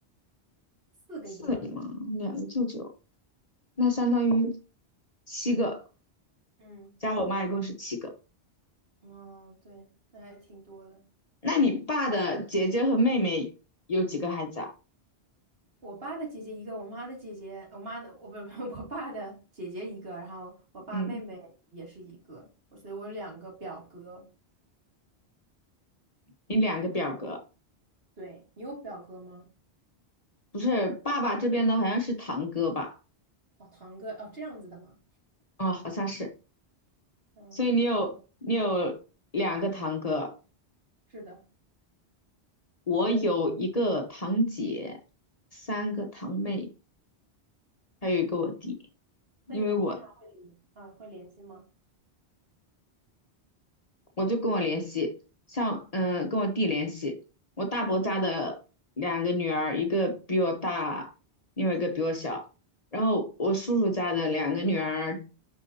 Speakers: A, on the right; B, on the left.
A: 四个姨妈。
B: 四个姨妈，两个舅舅。那相当于七个，
A: 嗯，
B: 加我妈一共是七个。
A: 哦，对，那还挺多的。
B: 那你爸的姐姐和妹妹有几个孩子啊？
A: 我爸的姐姐一个，我妈的姐姐，我妈的，我不不，<laughs> 我爸的姐姐一个，然后我爸妹妹也是一个，
B: 嗯，
A: 我所以我有两个表哥。
B: 你两个表哥，
A: 对，你有表哥吗？
B: 不是爸爸这边的好像是堂哥吧？
A: 哦，堂哥，哦，这样子的吗？
B: 啊、好像是。
A: 嗯，
B: 所以你有你有两个堂哥，
A: 是的。
B: 我有一个堂姐，三个堂妹，还有一个我弟。因为我
A: 那你们平常会联啊会联系吗？
B: 我就跟我联系，像嗯、呃跟我弟联系，我大伯家的两个女儿，一个比我大，另外一个比我小，然后我叔叔家的两个女儿